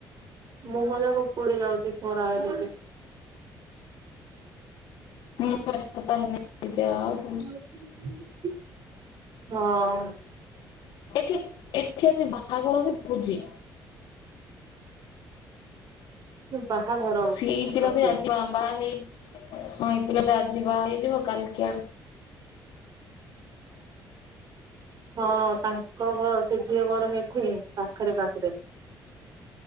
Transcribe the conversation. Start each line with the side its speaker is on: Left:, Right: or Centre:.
Right: ମୁହଁ ଯାକ ପୁଡି ଯାଉଛି ଖରା ହେଲେ କିି
Left: ମୁଁତା ହେନ ଯାଅ <unintelligible>
Right: ହଁ।
Left: ଏଠି ଏଠି ଆଜି ବାହାଘର କି ଭୋଜି
Right: ବାହାଘର
Left: ସିଏଇ ପିଲା
Right: ମତେ
Left: ତ ଆଜି ବାହା ହେଇ ହଁ ଏଇ ପିଲା ତ ଆଜି ବାହା ହେଇଯିବ କାଲିକି ଆଡକୁ
Right: ହଁ ତାଙ୍କ ଘର ସେ ଝିଅ ଘର ହେଠି ପାଖରେ ପାଖରେ।